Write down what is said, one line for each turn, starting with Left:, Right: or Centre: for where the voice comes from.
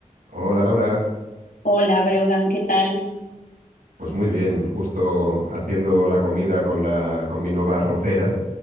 Right: Hola Laura,
Left: Hola, Breugan, ¿qué tal?
Right: pues muy bien, justo haciendo la comida con la con mi nueva arrocera